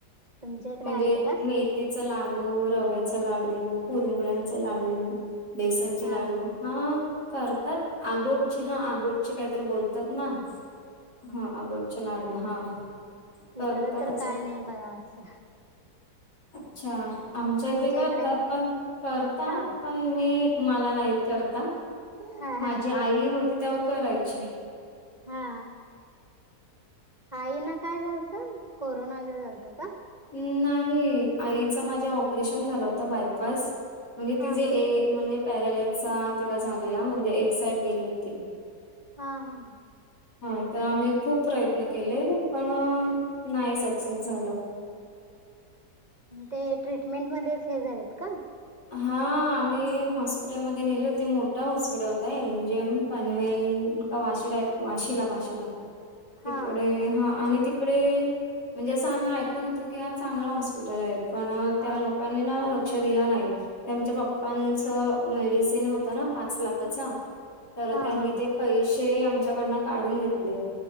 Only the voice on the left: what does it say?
म्हणजे
मेथीचा लाडू, रव्याचा लाडू, कुरमुळंचा लाडू, बेसनचे
लाडू हा करतात आगोटचे हा आगोटचे काहीतरी बोलतात ना हा आगोटचे लाडू हा करतात
असं
अच्छा आमच्या
इथे करतात
पण करतात
पण मी मला नाही येत. करता,
माझी आई होती तेव्हा करायची.
-नाही आईच माझ्या ऑपरेशन झालं होत बायपास म्हणजे
तिझे
ए म्हणजे पॅरलाईजचा तिला झालेला म्हणजे एक साईड गेली होती.
हा तर आम्ही खूप प्रयत्न केले पण नाही सक्सेस झालं
हा आम्ही हॉस्पिटलमध्ये नेले होते मोठा हॉस्पिटल होताय एम जिम पनवेल का वाशीला वाशी ला वाशी त तिकडे
हा आणि तिकडे म्हणजे असं आम्ही ऐकून होतो की हा चांगला हॉस्पिटल आहे पण
त्या लोकांनी ना दिला नाहीच्या पप्पांच मेडिसिन होता ना पाच लाखचा तर
त्यांनी
ते पैसे आमच्याकडन काढून घेतले